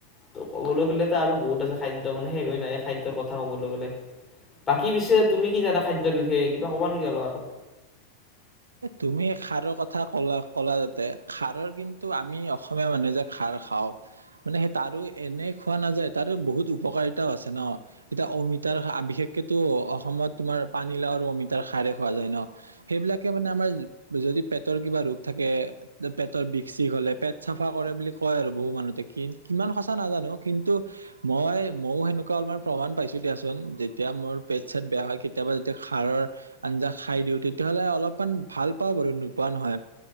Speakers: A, on the left; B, on the right.
A: ত' ক'বলৈ গ'লেতো আৰু বহুত আছে খাদ্য মানে সেষ হৈ নাই খাদ্যৰ কথা ক'বলৈ গ'লে বাকী পিছে -- তুমি কি জানা খাদ্যৰ বিষয়ে কিবা কবা নেকি অলপ আৰু?
B: তুমি খাৰৰ কথা কলা কলা যাতে খাৰৰ কিন্তু আমি অসমীয়া মানুহে যে খাৰ খাও মানে সেই তাৰো এনেই খোৱা নাযায় তাৰো বহুত উপকাৰিতাও আছে ন এতিয়া অমিতাৰ বিশেষকেতো অসমত তোমাৰ পানীলাও আৰু অমিতাৰ খাৰ খোৱা যায় ন সেইবিলাকে আমাৰ যদি পেটৰ কিবা ৰোগ থাকে পেটৰ বিষ চষ হলে পেট চাফা কৰে বুলি কয় আৰু বহু মানুহতে কি কিমান সঁচা নাজানো কিন্তু মই ময়ও সেনেকুৱা অলাৰ প্ৰমাণ পাইছো। দিয়াচোন যেতিয়া মোৰ পেট চেট বেয়া হয় কেতিয়াবা যেতিয়া সাৰৰ আঞ্জা খাই দিওঁ তেতিয়াহ'লে অলপ অকমান ভাল পাওঁ বাৰু নোপোৱা নহয়